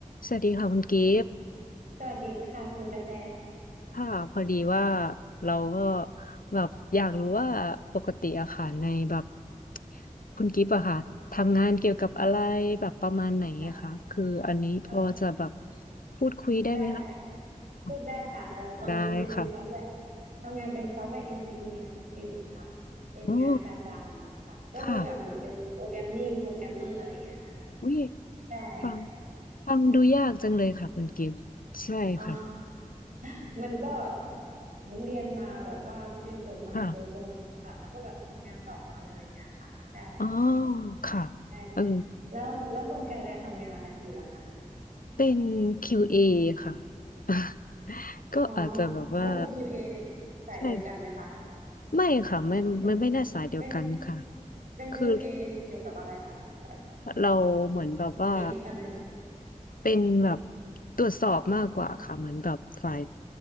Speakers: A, on the left; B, on the right.
A: สวัสดีค่ะคุณกิฟต์
B: สวัสดีค่ะคุณกระแต
A: ค่ะพอดีว่าเราก็แบบอยากรู้ว่าปกติอะค่ะในแบบคุณกิฟต์อะค่ะทำงานเกี่ยวกับอะไรแบบประมาณไหนอะคะคืออันนี้พอจะแบบ
B: ค่ะเออ
A: พูดคุยได้ไหมคะ
B: ได้ได้
A: อ่ะ
B: พูดได้ค่ะเออตอนนี้เป็นซอฟต์แวร์
A: ได้ค่ะ
B: ทำงานเป็นซอฟต์แวร์เอนจิเนียร์อยู่ค่ะเป็นงานประจำค่ะก็คือแบบเหมือนเป็นโปรแกรมมิ่งโปรแกรมเมอร์อะไรอย่างเงี้ยค่ะอืม
A: โอ้ค่ะวิ
B: ใช่ค่ะ
A: ฟังฟังดูยากจังเลยค่ะคุณกิฟต์ใช่ค่ะ
B: <laughs> อ๋อ <laughs> มันก็เรียนมาแบบว่าเรียนจบมาโดยตรงเนี่ยค่ะแล้วก็แบบทำงานต่อมาเลยอย่างเงี้ยค่ะใช่
A: ค่ะอ๋อค่ะ
B: ใช่ใช่
A: เออ
B: แล้วแล้วคุณกระแตทำงานอะไรอยู่ล่ะคะ
A: เป็น QA ค่ะ <laughs> ก็อาจจะแบบว่า
B: อ๋อเราเป็น QA สายเดียวกันไหมคะ
A: ใช่ไม่ค่ะไม่ไม่ไม่น่าสายเดียวกันค่ะ
B: เดี๋ยวเป็นเป็น
A: คือ
B: QA เอเกี่ยวกับอะไรเหรอคะ แบบ
A: เราเหมือนแบบว่า
B: เทสอะไรเหรอ
A: เป็นแบบตรวจสอบมากกว่าค่ะเหมือนแบบฝ่าย